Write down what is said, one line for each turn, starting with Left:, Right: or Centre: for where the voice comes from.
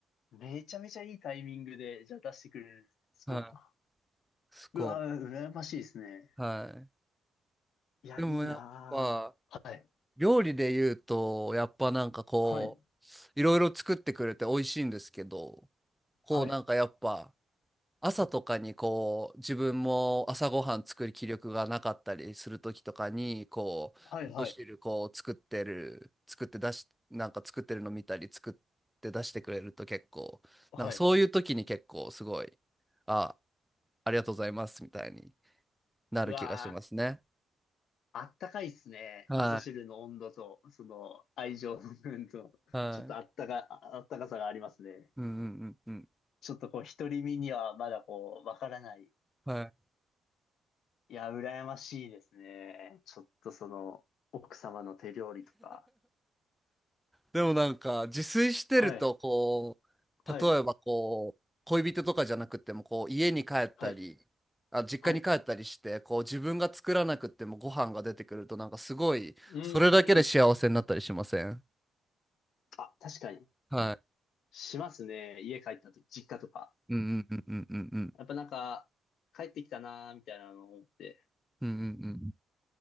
Left: めちゃめちゃいいタイミングで、じゃあ出してくれるんですねスコーンとか。
Centre: い。はい。スコ
Left: うわ、羨ましいですね。
Centre: ーン。は
Left: いや、
Centre: い。
Left: いいなぁ。
Centre: でもやっぱ、
Left: はい。
Centre: 料理で言うと、やっぱなんかこ
Left: はい。
Centre: う、いろいろ作ってくれて美味しいんですけど、こうなんかやっぱ、
Left: はい。
Centre: 朝とかにこう自分も朝ごはん作る気力がなかったりする時とかにこう味噌汁こう作ってる作って出しなんか作ってるの見たり作って出してくれると結構なんかそういう時に結構すごい
Left: はいはい。はい。
Centre: あありがとうございますみたいになる気がしますね
Left: うわぁ。あったかいっすね。
Centre: は
Left: 味噌汁の温度と、その愛情の部分と、
Centre: いはい
Left: ちょっとあったか、ああったかさがありますね。
Centre: うんうんうんうん
Left: ちょっとこう、独り身にはまだこう、わからない。
Centre: はい
Left: いや、羨ましいですね。ちょっとその、奥様の手料理とか。
Centre: でもなんか自炊してるとこ
Left: はい、はい、
Centre: う例えばこう恋人とかじゃなくてもこう家に帰ったり
Left: はい、
Centre: あ実家に帰ったりしてこう自分が作らなくてもご飯が出てくるとなんかすごいそれだけで幸せになったりしません
Left: はい。うーん。あ、確かに。
Centre: は
Left: しますね。家帰った時、実家とか。
Centre: いうんうんうんうんうん
Left: やっぱなんか、帰ってきたなーみたいなのを思って。
Centre: うんうんうんうん